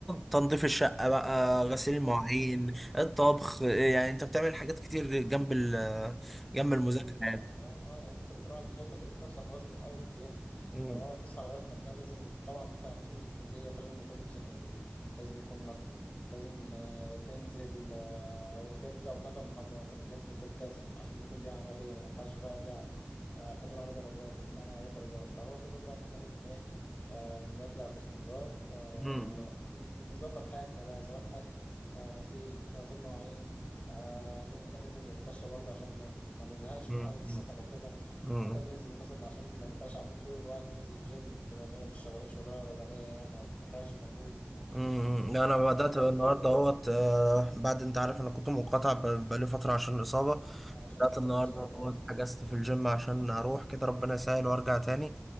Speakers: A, in the centre; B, on the left (about 35°).
A: تنظيف الشقة بقى غسيل المواعين
B: اه اه
A: الطبخ يعني انت بتعمل حاجات كتير جنب ال جنب المذاكرة
B: كلية
A: يعني
B: اه اه اه يعني انت بتروح انت شايل مسؤولية نفسك خلاص من الألف للياء
A: مم.
B: طب هو تصحى لغاية ما تنام لازم طبعا انت هتنزل الكلية فلازم يكون لبسك نظيف لازم يكون مكوي لازم آه تنزل آه وترجع وتحضر محاضراتك لازم تلتزم عشان دي كلية عملية ما ينفعش فيها لعب آه الحضور عليه درجات المعمل عليه درجات فهو فكرة بقى ان احنا لازم ايه آه نرجع باستمرار آه
A: مم.
B: نظبط حياتنا بقى سواء أكل آه غسيل غسيل مواعين آه ان احنا ننزل نتمشى برضه عشان ما ما نزهقش
A: مم.
B: من قعدة السكن
A: مم.
B: وكده
A: مم.
B: ممكن ننزل مثلا عشان ما نبقاش قاعدين طول الوقت ننزل جيم بما اننا مش شغالين شغلانة بدنية يعني او بنحرقش مجهود
A: امم لا، انا بدات
B: حاجات
A: النهارده
B: كتير بقى
A: اهوت آه، بعد انت عارف انا كنت منقطع ب- بقالي فتره عشان الاصابه
B: آه عشان
A: بدات
B: انت كنت
A: النهارده
B: مصاب
A: اهوت
B: اه
A: حجزت في الجيم عشان اروح كده ربنا يسهل وارجع تاني